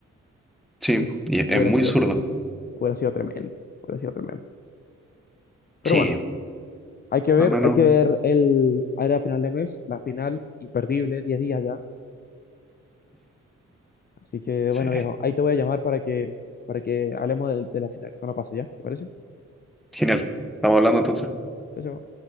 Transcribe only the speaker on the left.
Uf,
hubiera
sido
tremendo. Hubiera sido tremendo, hubiera sido tremendo. Pero
bueno, hay que ver,
hay que ver el área de final de mes, la final imperdible, 10 días ya. Así que
bueno, viejo, ahí te voy a llamar para que, para que hablemos del de la final cuando pase ya, ¿te parece?
Chao, chao.